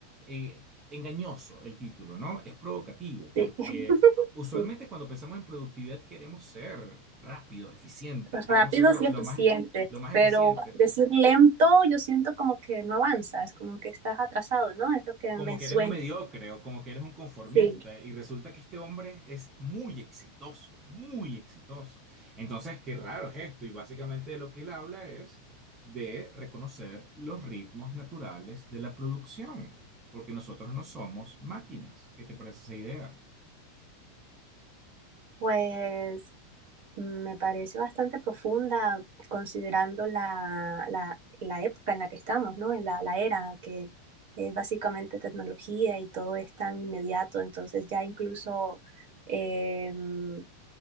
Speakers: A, on the right; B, on the right.
A: eh, engañoso el título, ¿no? Es provocativo, porque
B: sí, <laughs>
A: usualmente
B: sí,
A: cuando pensamos en productividad queremos ser rápidos, eficientes,
B: pues
A: queremos
B: rápido
A: ser lo,
B: sí eficiente,
A: lo más, lo más
B: pero
A: eficientes.
B: decir lento yo siento como que no avanzas, como que estás atrasado, ¿no? Es lo que
A: como
B: me
A: que
B: suena.
A: eres un mediocre o como que eres un conformista
B: Sí,
A: y resulta que este hombre es muy exitoso, muy exitoso. Entonces, qué raro es esto y básicamente de lo que él habla es de reconocer los ritmos naturales de la producción, porque nosotros no somos máquinas. ¿Qué te parece esa idea?
B: pues Me parece bastante profunda considerando la, la- la época en la que estamos, ¿no? En la, la era que es básicamente tecnología y todo es tan inmediato, entonces ya incluso em,